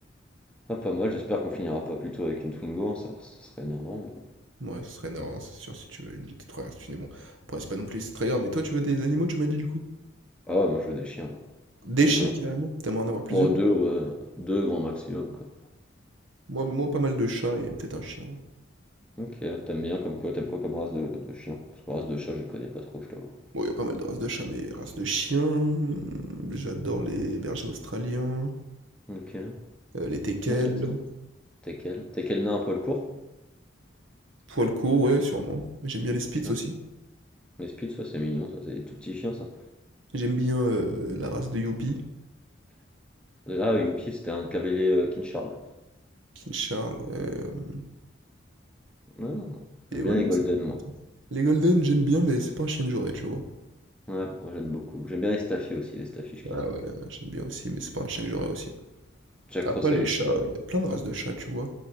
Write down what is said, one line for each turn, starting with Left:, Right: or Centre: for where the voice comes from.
Centre: Ah, pas mal, j'espère qu'on finira pas plutôt avec une Twingo, hein, ça, ça serait énervant, mais bon.
Right: Ouais, ce serait énorme, c'est sûr, si tu veux une GT3 RS, bon Après, c'est pas non plus c'est très grave, mais toi, tu veux des animaux, tu m'as dit du coup?
Centre: Ah ouais, moi je veux des chiens, moi.
Right: Des
Centre: Et
Right: chiens
Centre: toi?
Right: carrément? T'aimerais en avoir plusieurs?
Centre: Moi, deux, ouais, deux grand maximum, quoi.
Right: Moi, moi, pas mal de chats et peut-être un chien.
Centre: Ok, t'aimes bien comme quoi, t'aimes quoi comme race de, de chien? Parce que race de chat, je les connais pas trop, je t'avoue.
Right: Bon, il y a pas mal de races de chats, mais races de chiens, mmh, j'adore les bergers australiens,
Centre: Ok, ah,
Right: heu, les teckels,
Centre: c'est vrai que c'est bon. T'es quel? T'es quel nain à poil court?
Right: poil court ouais, sûrement. J'aime bien les spitz
Centre: Ok.
Right: aussi.
Centre: Les Spitz, ça c'est mignon, ça c'est des tout petits chiens, ça.
Right: J'aime bien, heu, la race de Yoppie,
Centre: Ah, Youpi, c'était un cavalier euh, King Charles.
Right: King Charles, ouais, hem
Centre: Ouais, non, j'aime
Right: et ouais,
Centre: bien les
Right: non,
Centre: Golden,
Right: ça fait
Centre: moi.
Right: partie. Les golden, j'aime bien, mais c'est pas un chien que j'aurais, tu vois?
Centre: Ouais, moi j'aime beaucoup. J'aime bien les Staffy aussi, les Staffy, je kiffe.
Right: Ah ouais, j'aime bien aussi, mais c'est pas un chien que j'aurais aussi.
Centre: Jack
Right: Après
Centre: Russell
Right: les
Centre: aussi,
Right: chats,
Centre: j'aime bien.
Right: il y a plein de races de chats, tu vois?